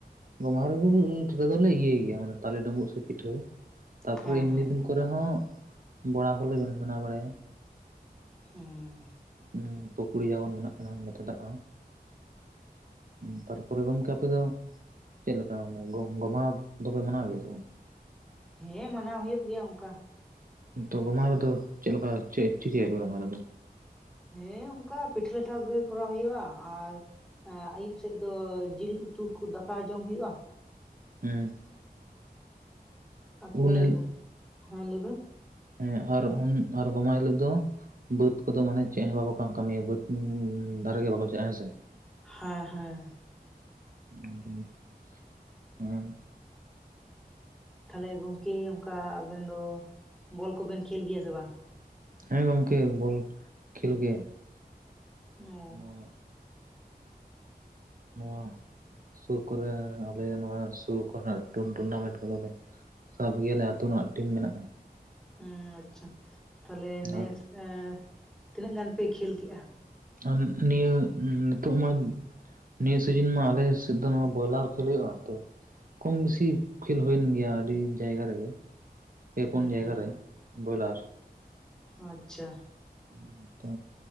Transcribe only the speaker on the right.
ᱜᱚᱢᱦᱟ ᱨᱮ ᱨᱮᱫᱚᱞᱮ ᱤᱭᱟᱹᱭ ᱜᱮᱭᱟ ᱢᱟᱱᱮ ᱛᱟᱞᱮ ᱰᱳᱸᱵᱳᱜ ᱥᱮ ᱯᱤᱴᱷᱟᱹ ᱛᱟᱯᱚᱨᱮ
ᱮᱢᱱᱤ
ᱫᱤᱱ ᱠᱚᱨᱮ ᱦᱚᱸ ᱵᱚᱲᱟ ᱠᱚᱞᱮ ᱵᱮᱱᱼᱵᱮᱱᱟᱣ ᱵᱟᱲᱟᱭᱟ᱾
ᱩᱸ ᱯᱩᱠᱲᱤ ᱡᱟᱦᱟᱸ ᱵᱚᱱ ᱢᱮᱱᱟᱜ ᱠᱟᱱᱟ, ᱢᱮᱛᱟᱫᱟᱜᱼᱟ᱾ ᱩᱸ ᱛᱟᱨᱯᱚᱨᱮ ᱜᱚᱝᱠᱮ ᱟᱯᱮ ᱫᱚ ᱪᱮᱜ ᱞᱮᱠᱟ ᱜᱚᱢ-ᱜᱚᱢᱟ ᱫᱚᱯᱮ ᱢᱟᱱᱟᱣ ᱜᱮᱭᱟ ᱥᱮ ᱵᱟᱝ‌?
ᱛᱚ ᱜᱚᱢᱟ ᱨᱮᱫᱚ ᱪᱮᱜ ᱞᱮᱠᱟ ᱪᱮᱜ ᱪᱤᱠᱟᱹᱭᱟᱯᱮ ᱜᱚᱢᱟ ᱨᱮᱫᱚ?
ᱦᱩᱸ,
ᱦᱤᱞᱳᱜ
ᱦᱮᱸ ᱟᱨ ᱩᱱ ᱟᱨ ᱜᱚᱢᱟ ᱦᱤᱞᱟᱹᱜ ᱫᱚ ᱵᱟᱹᱫᱽ ᱠᱚᱫᱚ ᱢᱟᱱᱮ ᱪᱮᱜ ᱦᱚᱸ ᱵᱟᱠᱚ ᱠᱟ-ᱠᱟᱢᱤᱭᱟ ᱵᱟᱹᱫᱽ ᱩᱸᱻᱫᱷᱟᱨᱮ ᱜᱮ ᱵᱟᱠᱚ ᱪᱟᱜᱼᱟ ᱦᱮᱸ ᱥᱮ᱾
<unintelligible>
ᱦᱮᱸ ᱜᱚᱝᱠᱮ ᱵᱚᱞ ᱠᱷᱮᱞ ᱜᱮ᱾
ᱱᱚᱣᱟ ᱱᱚᱣᱟ ᱥᱩᱨ ᱠᱚᱨᱮ ᱟᱞᱮᱭᱟ ᱱᱚᱣᱟ ᱥᱩᱨ ᱠᱚᱨᱮᱱᱟᱜ ᱴᱩᱱ-ᱴᱩᱱᱱᱟᱢᱮᱱᱴ ᱠᱚᱫᱚᱞᱮ ᱥᱟᱵ ᱜᱮᱭᱟᱞᱮ ᱟᱹᱛᱳ ᱱᱟᱜ ᱴᱤᱢ ᱢᱮᱱᱟᱜᱼᱟ᱾
ᱟᱨ
ᱟᱱ ᱱᱤᱭᱟᱹ ᱱᱤᱛᱚᱜ ᱢᱟᱧ ᱱᱤᱭᱟᱹ ᱥᱤᱡᱤᱱ ᱢᱟ ᱟᱞᱮ ᱥᱮᱫ ᱫᱚ ᱱᱚᱣᱟ ᱵᱚᱭᱞᱟᱨ ᱠᱷᱮᱞ ᱦᱩᱭᱩᱜᱼᱟ ᱛᱚ ᱠᱚᱢ ᱵᱤᱥᱤ ᱠᱷᱮᱞ ᱦᱩᱭᱮᱱ ᱜᱮᱭᱟ ᱟᱹᱰᱤ ᱡᱟᱭᱜᱟ ᱨᱮᱜᱮ᱾ ᱯᱮ
ᱯᱩᱱ ᱡᱟᱭᱜᱟ ᱨᱮ, ᱵᱚᱭᱞᱟᱨ
ᱩᱸ ᱛᱚ